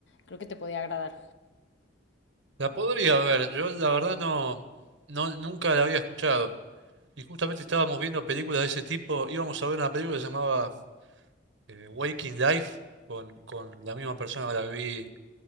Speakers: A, on the left; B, on the right.
A: creo que te podía agradar.
B: La podría ver, yo la verdad no, no, nunca la había escuchado. Y justamente estábamos viendo películas de ese tipo, íbamos a ver una película que se llamaba eh, Waking Life, con, con la misma persona que la que vi,